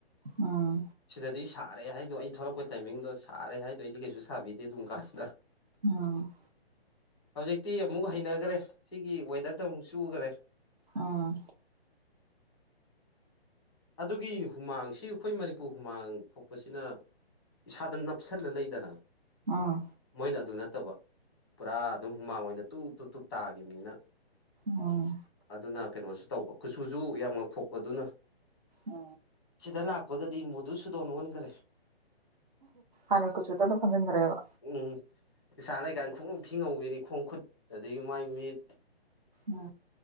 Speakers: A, on the right; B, in the centre.
A: ꯎꯝ
B: ꯁꯤꯗꯗꯤ ꯁꯥꯔꯦ ꯍꯥꯏꯗꯣ ꯑꯩ ꯊꯣꯛꯂꯛꯄ ꯇꯥꯏꯃꯤꯡꯗꯣ ꯁꯥꯔꯦ ꯍꯥꯏꯗꯣ ꯑꯩꯗꯤ ꯀꯩꯁꯨ ꯁꯥꯕꯤꯗꯦ ꯑꯗꯨꯝ ꯀꯥꯟꯗ
A: ꯎꯝ
B: ꯍꯧꯖꯤꯛꯇꯤ ꯑꯃꯨꯛ ꯍꯩꯅꯈ꯭ꯔꯦ ꯁꯤꯒꯤ ꯋꯦꯗꯔꯗ ꯑꯃꯨꯛ ꯆꯨꯒ꯭ꯔꯦ
A: ꯑꯥ
B: ꯑꯗꯨꯒꯤ ꯍꯨꯃꯥꯡ ꯁꯤ ꯑꯈꯣꯏ ꯃꯅꯤꯄꯨꯔ ꯍꯨꯃꯥꯡ ꯊꯣꯛꯄꯁꯤꯅ ꯏꯁꯥꯗ ꯅꯞꯁꯤꯜꯂ ꯂꯩꯗꯅ
A: ꯑꯥ
B: ꯃꯣꯏꯅ ꯑꯗꯨ ꯅꯠꯇꯕ ꯄꯨꯔꯥ ꯑꯗꯨꯝ ꯍꯨꯃꯥꯡ ꯑꯣꯏꯅ ꯇꯨꯞꯞ ꯇꯨꯞꯞ ꯇꯨꯞ ꯇꯥꯈꯤꯕꯅꯤꯅ
A: ꯑꯣꯝ
B: ꯑꯗꯨꯅ ꯀꯩꯅꯣꯁꯨ ꯇꯧꯕ ꯀꯨꯆꯨꯁꯨ ꯌꯥꯝ ꯉꯥꯛꯊꯣꯛꯄꯗꯨꯅ
A: ꯑ
B: ꯁꯤꯗ ꯂꯥꯛꯄꯒꯗꯤ ꯃꯨꯗꯨ ꯁꯨꯗꯣꯟ ꯑꯣꯟꯈꯔꯦ
A: ꯍꯥꯟꯅꯩ ꯀꯨꯆꯨꯗ ꯑꯗꯨꯝ ꯈꯟꯖꯤꯟꯈ꯭ꯔꯦꯕ
B: ꯎꯝ ꯏꯁꯥ ꯂꯩꯀꯥꯏ ꯈꯣꯡꯎꯞ ꯊꯤꯡꯍꯧꯕꯤꯅꯤ ꯈꯣꯡ ꯈꯨꯠ ꯑꯗꯒꯤ ꯃꯥꯏ ꯃꯤꯠ
A: ꯎꯝ